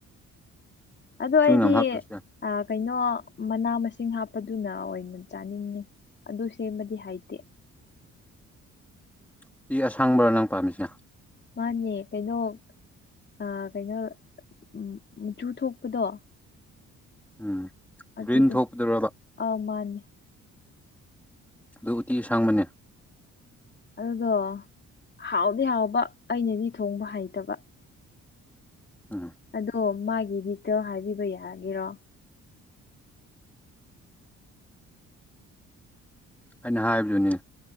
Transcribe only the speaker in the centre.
ꯌꯥꯝ ꯍꯥꯞꯄ꯭ꯔꯁꯨ ꯌꯥꯏ
ꯎꯇꯤ ꯑꯁꯪꯕ꯭ꯔ ꯅꯪ ꯄꯥꯝꯃꯤꯁꯤꯅ
ꯎꯝ
ꯒ꯭ꯔꯤꯟ ꯊꯣꯛꯄꯗꯨꯔꯕ
ꯑꯗꯨ ꯎꯠꯇꯤ ꯑꯁꯪꯕꯅꯦ
ꯎꯝ
ꯑꯩꯅ ꯍꯥꯏꯕꯗꯨꯅꯤ